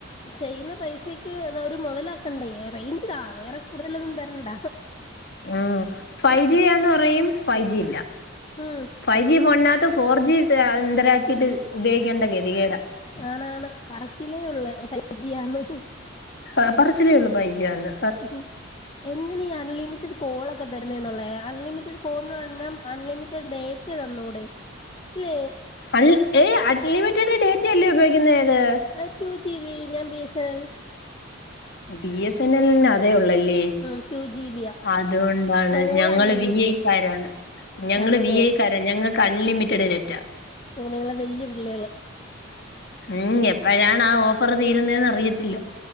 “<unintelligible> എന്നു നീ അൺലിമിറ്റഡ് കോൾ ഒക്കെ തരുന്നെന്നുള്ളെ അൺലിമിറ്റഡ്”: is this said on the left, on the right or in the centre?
Left